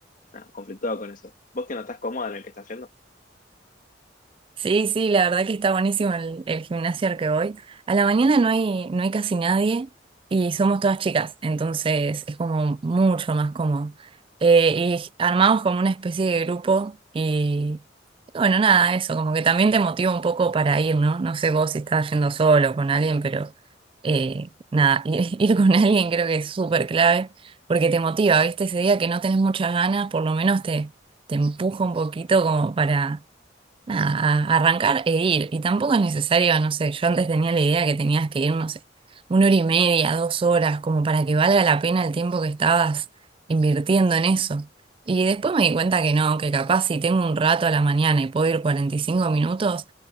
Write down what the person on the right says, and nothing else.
Sí, sí, la verdad que está buenísimo el, el gimnasio al que voy. A la mañana no hay, no hay casi nadie y somos todas chicas, entonces es como mucho más cómodo. Eh, y armamos como una especie de grupo y, y bueno, nada, eso, como que también te motiva un poco para ir, ¿no? No sé vos si estás yendo solo o con alguien, pero eh, nada, <laughs> ir, ir con alguien creo que es súper clave porque te motiva, ¿viste? Ese día que no tenés muchas ganas, por lo menos te, te empuja un poquito como para nada, a- arrancar e ir. Y tampoco es necesario, no sé, yo antes tenía la idea que tenías que ir, no sé, una hora y media, dos horas, como para que valga la pena el tiempo que estabas invirtiendo en eso. Y después me di cuenta que no, que capaz si tengo un rato a la mañana y puedo ir 45 minutos,